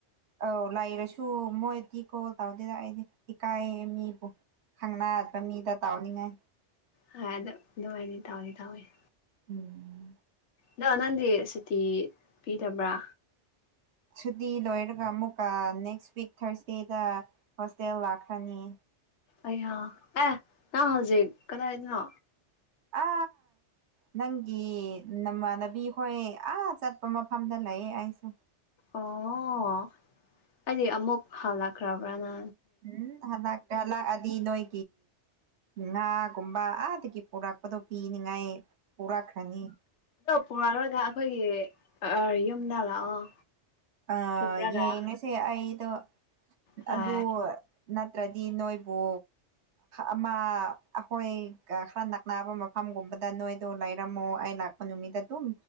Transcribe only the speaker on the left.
ꯍꯥꯏꯗ ꯑꯗꯨꯥꯏꯅꯤ ꯇꯧꯅꯤ ꯇꯧꯑꯣꯋꯅꯤ
ꯅꯣ ꯅꯪꯗꯤ ꯁꯨꯇꯤ ꯄꯤꯗꯕ꯭ꯔꯥ
ꯑꯌꯥ ꯑꯦ ꯅ ꯍꯧꯖꯤꯛ ꯀꯗꯥꯏꯗꯅꯣ
ꯑꯣ ꯑꯩꯗꯤ ꯑꯃꯨꯛ ꯍꯥꯥꯎꯥ ꯈꯔꯕ꯭ꯔꯥ ꯅ
ꯄꯨꯔꯛꯂꯣꯏꯗ ꯑꯩꯈꯣꯏꯒꯤ ꯌꯨꯝꯗ ꯂꯥꯛꯑꯣ
ꯄꯨꯔꯒ
ꯍꯣꯏ